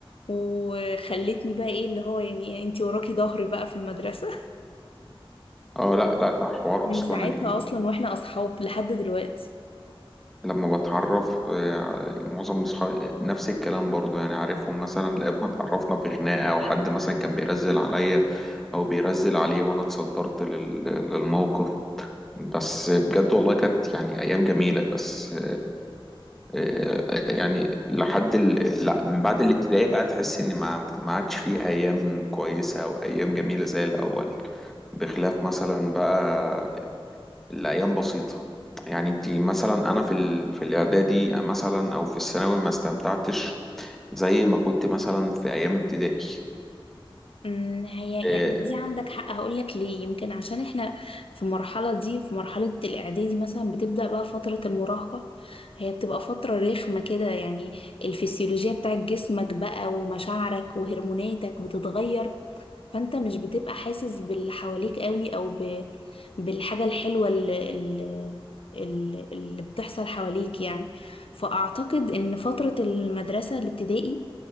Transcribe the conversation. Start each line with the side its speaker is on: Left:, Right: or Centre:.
Left: وخلتني بقى ايه اللي هو يعني انتي وراكي ظهري بقى في المدرسة
Centre: اه لا لا حوار
Left: <laughs> من
Centre: أصلا
Left: ساعتها اصلا واحنا اصحاب لحد دلوقتي
Centre: لما بتعرف آه، معظم اصحابي نفس الكلام برضو يعني عارفهم مثلا لقيت ما اتعرفنا في خناقة او حد مثلا كان بيرزل عليا او بيرزل عليه وانا اتصدرت لل- للموقف بس بجد والله كانت يعني ايام جميلة بس آه، يعني لحد ال... لا من بعد الابتدائي بقى تحس ان ما ما عادش فيه ايام كويسة او ايام جميلة زي الاول بخلاف مثلا بقى الأيام بسيطة يعني انت مثلا أنا في ال... في الإعدادي مثلا أو في الثانوي ما استمتعتش زي ما كنت مثلا في أيام ابتدائي
Left: أمم، هي
Centre: آه،
Left: يعني دي عندك حق هقولك ليه يمكن عشان احنا في المرحلة دي في مرحلة الإعدادي مثلا بتبدأ بقى فترة المراهقة هي بتبقى فترة رخمة كده يعني الفسيولوجيا بتاعت جسمك بقى ومشاعرك وهرموناتك بتتغير فانت مش بتبقى حاسس باللي حواليك قوي او ب... بالحاجة الحلوة اللي, اللي اللي بتحصل حواليك يعني فأعتقد إن فترة المدرسة الابتدائي